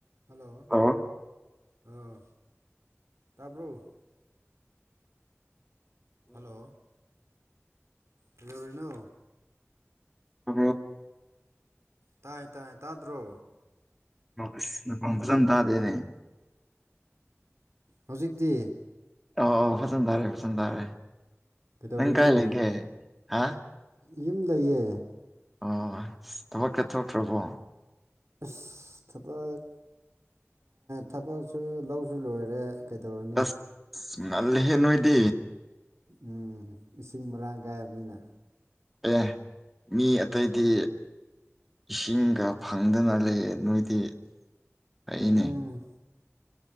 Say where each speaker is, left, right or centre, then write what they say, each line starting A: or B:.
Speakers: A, on the right; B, in the centre.
A: hello
B: ꯑ
A: ꯑ ꯇꯥꯕ꯭ꯔꯣ ꯍꯜꯂꯣ ꯍꯂꯣ ꯔꯅꯨ
B: ꯑ
A: ꯇꯥꯏ ꯇꯥꯏ ꯇꯥꯗ꯭ꯔꯣ
B: ꯑꯁ ꯅꯈꯣꯟ ꯐꯖꯟ ꯇꯥꯗꯦꯅꯦ
A: ꯍꯧꯖꯤꯛꯇꯤ
B: ꯑꯣ ꯐꯖꯟ ꯇꯥꯔꯦ ꯐꯖꯟ ꯇꯥꯔꯦ
A: ꯀꯩꯗꯧꯔꯤꯅꯣ
B: ꯅꯪ ꯀꯥꯏ ꯂꯩꯒꯦ ꯍꯥ
A: ꯌꯨꯝ ꯂꯩꯌꯦ
B: ꯑ ꯊꯕꯛꯀ ꯊꯣꯛꯇ꯭ꯔꯕ꯭ꯔꯣ
A: ꯑꯁ ꯊꯕꯛ ꯊꯕꯛꯁꯨ ꯂꯧꯁꯨ ꯂꯣꯏꯔꯦ ꯀꯩꯗꯧꯔꯨꯅꯤ
B: ꯑꯁ ꯉꯜꯂꯦꯍꯦ ꯅꯣꯏꯗꯤ
A: ꯎꯝ ꯏꯁꯤꯡ ꯃꯔꯥꯡ ꯀꯥꯏꯕꯅꯤꯅ
B: ꯑꯦ ꯃꯤ ꯑꯇꯩꯗꯤ ꯏꯁꯤꯡꯒ ꯐꯪꯗꯅ ꯂꯩ ꯅꯣꯏꯗꯤ ꯑꯩꯅꯦ
A: ꯎꯝ